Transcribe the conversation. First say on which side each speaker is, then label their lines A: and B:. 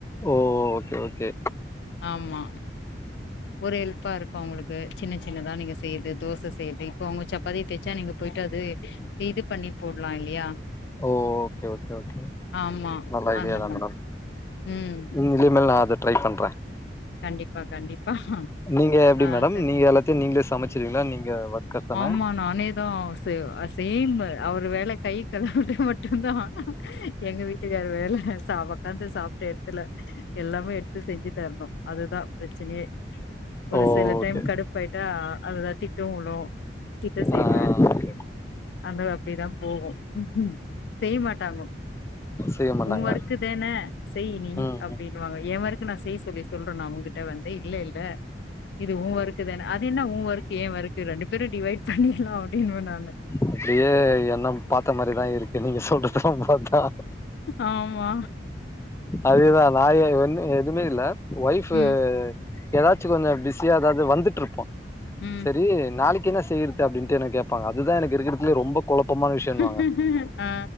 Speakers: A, on the left; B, on the left.
A: ஓ ஓகே ஓகே
B: ஆம்மா ஒரு ஹெல்ப்பா இருக்கு அவங்களுக்கு சின்ன சின்னதா நீங்க செய்ரது தோசை செய்ரது இப்ப அவங்க சப்பாத்திய தேச்சா பூரி போயிட்டு அது இது பண்ணி போடலா இல்லையா
A: ஓ ஓகே ஓகே ஓகே
B: ஆமா
A: நல்ல ஐடியா
B: அந்த
A: தா
B: மாதிரி
A: மேடம்
B: ம்
A: நீங்க இனிமேல் நா அத ட்ரை பண்றே
B: கண்டிப்பா கண்டிப்பா
A: நீங்க எப்படி
B: ஆ
A: மேடம்
B: சரி
A: நீங்க எல்லாத்தையு நீங்களே சமைச்சீடுவீங்களா நீங்க ஒர்க்கர்ஸ் தானே?
B: ஆமா நானேதா செய்வ சேம் அவர் வேல கை கழுவுறது மட்டுதா எங்க வீட்டுக்காரு வேல சாப உக்காந்து சாப்ட்ட எடத்துல எல்லாமே எடுத்து செஞ்சுதரணு அதுதா பிரச்சனையே ஒரு
A: ஓ!
B: சில டைம்
A: ஓகே.
B: கடுப்பாயிட்டா அது தா திட்டு விழு திட்ட செய்வே
A: ஆ ஓகே.
B: அது அப்படிதா போகு ம்ஹூ செய்ய மாட்டாங்கோ
A: செய்ய மாட்டாங்க.
B: உன் ஒர்க் தான செய்யி நீ
A: ம்,
B: அப்டின்
A: ம்.
B: வாங்க ஏ ஒர்க்கு நா செய்ய சொல்லி சொல்றேனா உங்கிட்ட வந்து இல்லல இது உ ஒர்க் தான அது என்ன உ ஒர்க் ஏ ஒர்க்கு ரெண்டு பேரு டிவைட் பண்ணிடலா அப்டின்னு நானு
A: அப்டியே எல்லாம் பாத்த மாரிதா இருக்கு என்ன நீங்க சொல்றது ல பாத்தா
B: ஆமா.
A: அதேதா நா எ ஒன்னு எதுமே இல்ல ஒய்ஃப்
B: ம்,
A: ஏதாச்சு கொஞ்ச பிஸியா ஏதாவது வந்துட்டு இருப்போ
B: ம்.
A: சரி நாளைக்கு என்ன செய்யறது அப்டின்ட்டு என்ன கேட்பாங்க அதுதா எனக்கு இருக்கிறதுலயே
B: அ,
A: ரொம்ப குழப்பமான விஷயம்னுவாங்க
B: ம், அ,